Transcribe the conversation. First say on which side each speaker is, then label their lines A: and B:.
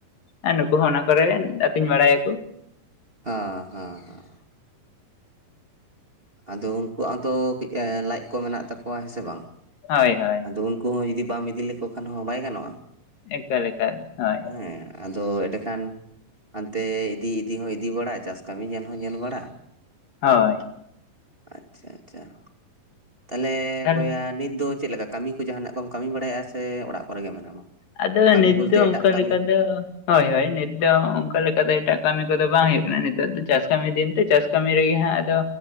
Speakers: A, on the left (about 70°); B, on the right (about 15°).
A: ᱟᱨ ᱱᱩᱠᱩ ᱦᱚᱸ ᱚᱱᱟ ᱠᱚᱨᱮ ᱟᱹᱛᱤᱧ ᱵᱟᱲᱟᱭᱟᱠᱩ ᱾
B: ᱦᱮᱸ ᱦᱮᱸ ᱦᱮᱸ᱾ ᱟᱸ ᱟᱫᱚ ᱩᱱᱠᱩᱣᱟᱜ ᱦᱚᱸᱛᱚ ᱞᱟᱡ ᱠᱚ ᱢᱮᱱᱟᱜ ᱛᱟᱠᱚᱣᱟ ᱦᱮᱸᱥᱮ ᱵᱟᱝ?
A: ᱦᱳᱭ ᱦᱳᱭ᱾
B: ᱟᱫᱚ ᱩᱱᱠᱩ ᱦᱚᱸ ᱤᱫᱤ ᱵᱟᱢ ᱤᱫᱤ ᱞᱮᱠᱚ ᱠᱷᱟᱱ ᱦᱚᱸ ᱵᱟᱭ ᱜᱟᱱᱚᱜᱼᱟ
A: ᱮᱠᱟᱞ ᱮᱠᱟᱞ ᱦᱳᱭ
B: ᱦᱮᱸ᱾ ᱟᱫᱚ ᱮᱸᱰᱮ ᱠᱷᱟᱱ ᱦᱟᱸᱱᱛᱮ ᱤᱫᱤ ᱤᱫᱤ ᱦᱚᱸ ᱤᱫᱤ ᱵᱟᱲᱟᱜ ᱪᱟᱥ ᱠᱟᱹᱢᱤ ᱧᱮᱞ ᱦᱚᱸ ᱧᱮᱞ ᱵᱟᱲᱟ ᱾
A: ᱦᱳᱭ᱾
B: ᱟᱪᱪᱷᱟ ᱟᱪᱪᱷᱟ, ᱛᱟᱦᱞᱮ
A: ᱛᱟᱦᱚᱞᱮ
B: ᱵᱚᱭᱟ ᱱᱤᱛ ᱫᱚ ᱪᱮᱫ ᱞᱮᱠᱟ ᱠᱟᱹᱢᱤ ᱠᱚ ᱡᱟᱦᱟᱸᱱᱟᱜ ᱠᱚᱢ ᱠᱟᱹᱢᱤ ᱵᱟᱲᱟᱭᱼᱟ ᱥᱮ ᱚᱲᱟᱜ ᱠᱚᱨᱮ ᱜᱮ ᱢᱮᱱᱟᱢᱟ?
A: ᱟᱫᱚ
B: ᱠᱟᱹᱢᱤ
A: ᱱᱤᱛ
B: ᱵᱚᱞᱛᱮ
A: ᱫᱚ
B: ᱮᱴᱟᱜ
A: ᱚᱱᱠᱟ
B: ᱠᱟᱹᱢᱤ
A: ᱞᱮᱠᱟ ᱫᱚ ᱦᱳᱭ ᱦᱳᱭ ᱱᱤᱛ ᱫᱚ ᱚᱱᱠᱟ ᱞᱮᱠᱟ ᱫᱚ ᱮᱴᱟᱜ ᱠᱟᱹᱢᱤ ᱠᱚᱫᱚ ᱵᱟᱝ ᱦᱩᱭᱩᱜ ᱠᱟᱱᱟ ᱱᱮᱛᱟᱨ ᱫᱚ ᱪᱟᱥ ᱠᱟᱹᱢᱤ ᱫᱤᱱ ᱛᱚ ᱪᱟᱥ ᱠᱟᱹᱢᱤ ᱨᱮᱜᱮ ᱦᱟᱸᱜ ᱟᱫᱚ